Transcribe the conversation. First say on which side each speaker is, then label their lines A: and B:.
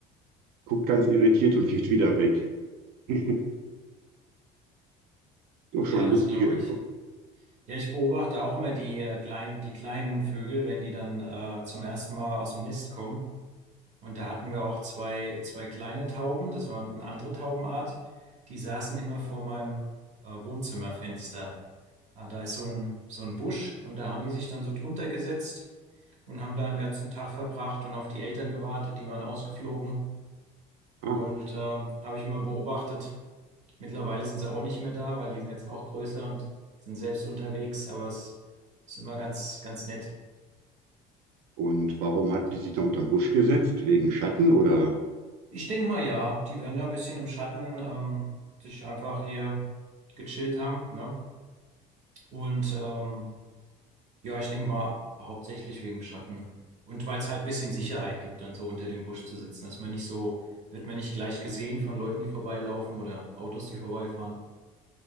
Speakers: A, on the right; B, on the right.
A: Guckt ganz irritiert und geht wieder weg. <laughs> Doch
B: Ja,
A: schon
B: das
A: lustige
B: glaube
A: Info.
B: ich. Ja, ich beobachte auch immer die, äh, klein, die kleinen Vögel, wenn die dann äh, zum ersten Mal aus dem Nest kommen. Und da hatten wir auch zwei, zwei kleine Tauben, das war eine andere Taubenart, die saßen immer vor meinem äh, Wohnzimmerfenster. Äh, da ist so ein, so ein Busch und da haben die sich dann so drunter gesetzt und haben da einen ganzen Tag verbracht und auf die Eltern gewartet, die waren ausgeflogen.
A: Äh,
B: Und ähm, habe ich immer beobachtet. Mittlerweile sind sie auch nicht mehr da, weil die sind jetzt auch größer und sind selbst unterwegs, aber es ist immer ganz, ganz nett.
A: Und warum hatten die sich da unterm Busch gesetzt? Wegen Schatten oder
B: Ich denke mal, ja, die werden da ein bisschen im Schatten ähm, sich einfach hier gechillt haben, ne? Und ähm, ja, ich denke mal, hauptsächlich wegen dem Schatten. Und weil es halt ein bisschen Sicherheit gibt, dann so unter dem Busch zu sitzen, dass man nicht so, wird man nicht gleich gesehen von Leuten, die vorbeilaufen oder Autos, die vorbeifahren.